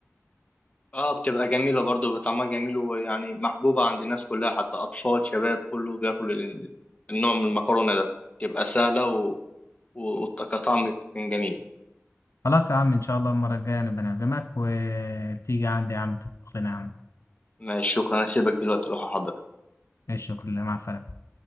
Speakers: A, on the left; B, on the left.
A: اه بتبقى جميله برضو بطعمها جميل ويعني محبوبه عند الناس كلها حتى اطفال شباب كله بياكل ال- النوع من المكرونه ده تبقى سهله و... و- وكطعم كان جميل
B: خلاص يا عم ان شاء الله المره الجايه نبقى نعزمك وتيجي عندي يا عم تطبخ لنا يا عم
A: ماشي شكرا انا هسيبك دلوقتي اروح احضر
B: ماشي كله مع السلامه